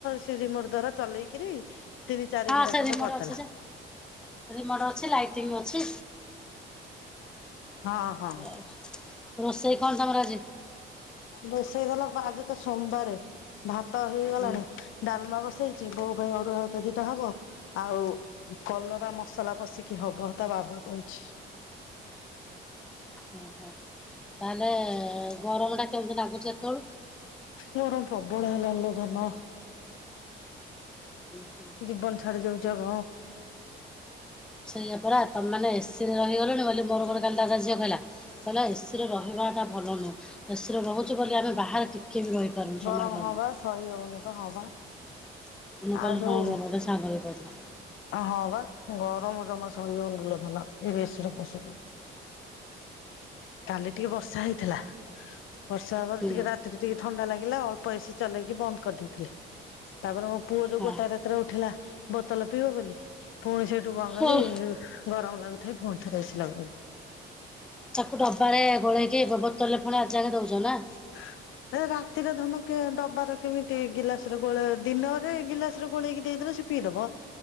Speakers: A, on the left; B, in the centre.
A: ସେ ରିମୋଟ ଦ୍ଵାରା ଚଲେଇକିରି ତିନି ଚାରି
B: ହଁ
A: ଘେରା
B: ସେ
A: ଖଣ୍ଡେ
B: ରିମୋଟ
A: କରିଦେଲା।
B: ଅଛି ଯେ ରିମୋଟ ଅଛି ଲାଇଟିଂ ବି ଅଛି।
A: ହଁ ହଁ
B: ରୋଷେଇ କଣ ତମର ଆଜି?
A: ରୋଷେଇ ଗଲା ଆଜି ତ ସୋମବାରେ, ଭାତ ହେଇଗଲାଣି
B: ହୁଁ
A: ଡାଲମା ବସେଇଛି ବୋଉ ପାଇଁ ଅରୁଆ ଭାତ ଦିଟା ହବ ଆଉ କଲରା ମସଲା ପଶିକି ହବ ତା ବାବା କହିଛି?
B: ଓ ହୋ ତାହେଲେ ଗରମ ଟା କେମିତି ଲାଗୁଛି ଏତେବେଳୁ?
A: ଗରମ ପ୍ରବଳ ହେଲାଲୋ ଧନ।
B: ହୁଁ ହୁଁ।
A: ଜୀବନ ଛାଡି ଯାଉଛି ଆଗ
B: ସେଇଆ ପରା ତମେ ମାନେ ଏସିରେ ରହିଗଲଣି ବୋଲି ମୋର ଗୋଟେ କାଲି ଦାଦା ଝିଅ କହିଲା। କହିଲା ଏସିରେ ରହିବାଟା ଭଲ ନୁହେଁ ଏସିରେ ରହୁଛୁ ବୋଲି ଆମେ ବାହାରେ ଟିକେ ବି ରହି ପାରୁନୁ
A: ଗରମ
B: ସମ୍ଭାଳି ପାରୁନୁ
A: ହଁ ବା ସହି ହଉନି ବା ହଁ ବା
B: ମୁ କହିଲି
A: ଆଉ ଯୋଉ
B: ହଁ ମୋର ଗୋଟେ ସା ଙ୍ଗଟେ କହୁଥିଲା।
A: ହଁ ବା ଗରମ ଜମା ସହିହଉନି ଲୋ ଧନ ଏ ଏସିରେ ପଶିକି। କାଲି ଟିକେ ବର୍ଷା ହେଇଥିଲା। ବର୍ଷା ହେବାରୁ
B: ହୁଁ
A: ଟିକେ ରାତିରେ ଟିକେ ଥଣ୍ଡା ଲାଗିଲା ଅଳ୍ପ ଏସିି ଚଲେଇକି ବନ୍ଦ କରିଦେଇଥିଲେ ତାପରେ ମୋ ପୁଅ ଯୋଉ
B: ହଁ
A: ଗୋଟା ରାତିରେ ଉଠିଲା ବୋତଲ ପିଇବ ବୋଲି ପୁଣି ସେଇଠୁ କଣ କଲି?
B: ହଉ
A: ଗରମ ଲାଗୁଥାଏ ପୁଣି ଥରେ ଏସି ଲଗେଇଲି।
B: ତାକୁ ଡବାରେ ଗୋଳେଇକି ବୋତଲରେ ପୁଣି ଆଜି ଯାକେ ଦଉଛ ନା?
A: <inaudible> ରାତିରେ ଧନ କେ ଡବାରେ କେମିତି ଗିଲାସରେ ଗୋଳେଇ ଦିନରେ ଗିଲାସରେ ଗୋଳେଇକି ଦେଇଦେଲେ ସେ ପିଇଦବ